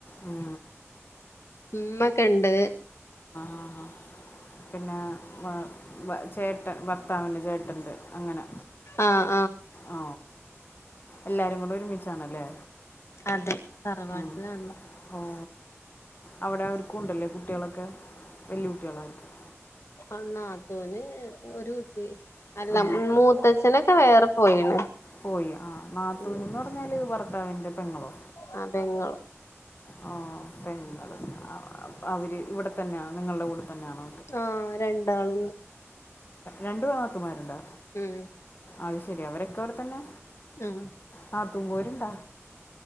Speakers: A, on the left; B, on the left.
A: ആ
B: ഉമ്മൊക്കെ ഉണ്ട്
A: ആ ആ പിന്നെ വ ചേട്ടൻ ഭർത്താവിന്റെ ചേട്ടണ്ട് അങ്ങനെ
B: ആഹ
A: ഓ എല്ലാരും കൂടെ ഒരുമിച്ചാണല്ലേ
B: അതെ തറവാട്ടിലാണ്
A: ഉ ഓ അവിടെ അവർക്കും ഉണ്ടല്ലേ കുട്ടികളൊക്കെ വെല്ല്യ കുട്ടികളായിരിക്കും
B: അന്നാത്തോന് ഒരു കുട്ടി അല്ല
A: ആ
B: മൂത്തച്ഛനൊക്കെ വേറെ പോയിണ്
A: പോയി ആ് നാത്തൂനന്ന്
B: ഉം
A: പറഞ്ഞാല്ത് ഭർത്താവിന്റെ പെങ്ങളോ
B: ആഹ് പെങ്ങള്
A: ഓ പെങ്ങൾ അവര് ഇവിടെ തന്നെയാ നിങ്ങളുടെ കൂടെ തന്നെയാണോ
B: ആഹ രണ്ടാള
A: രണ്ടു നാത്തുമാരുണ്ടോ
B: ഉം
A: അത് ശരി അവരൊക്കെ അവടെ തന്നെ
B: ആഹ്
A: നാത്തൂൻ പോരുണ്ടോ